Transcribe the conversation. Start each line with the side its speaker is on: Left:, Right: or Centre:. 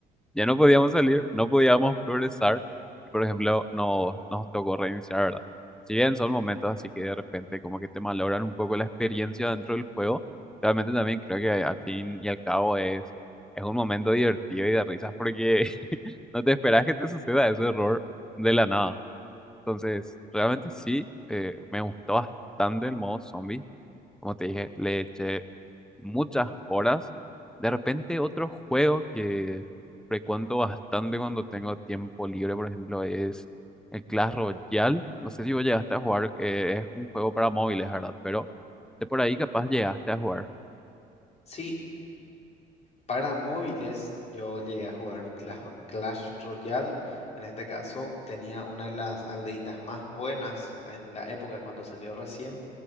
Centre: Ya no podíamos salir, no podíamos progresar. Y por ejemplo, nos, nos tocó reiniciar, ¿verdad? Si bien son momentos así que de repente como que te malogran un poco la experiencia dentro del juego, realmente también creo que al fin y al cabo es, es un momento divertido y de risas porque <laughs> no te esperas que te suceda ese error de la nada. Entonces, realmente sí, eh, me gustó bastante el modo zombie como te dije, le eché muchas horas. De repente otro juego que frecuento bastante cuando tengo tiempo libre, por ejemplo, es el Clash Royale. No sé si vos llegaste a jugar, eh, es un juego para móviles, ¿verdad? Pero de por ahí capaz llegaste a jugar.
Left: Sí, Para móviles, yo llegué a jugar Cla- Clash Royale. En este caso, tenía una de las aldeitas más buenas en la época cuando salió recién.